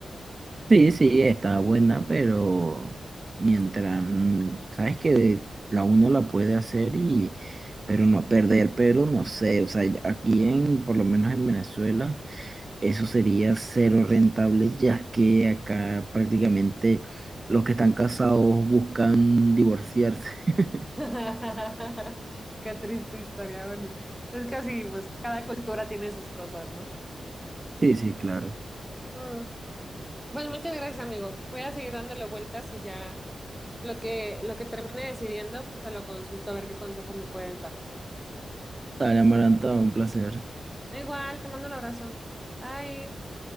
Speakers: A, on the right; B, in the centre.
A: sí, sí, está buena, pero mientras, mm, sabes que la uno la puede hacer y, pero no perder, pero no sé, o sea, aquí en, por lo menos en Venezuela. Eso sería cero rentable, ya que acá prácticamente los que están casados buscan divorciarse. <laughs>
B: <laughs> Qué triste historia, bueno, es que así, pues cada cultura tiene sus cosas, ¿no?
A: Sí, sí, claro.
B: Mm. Pues muchas gracias, amigo. Voy a seguir dándole vueltas y ya lo que, lo que termine decidiendo, pues te lo consulto a ver qué consejo me puedes dar.
A: Dale, Amaranta, un placer.
B: Igual, te mando un abrazo. Bye.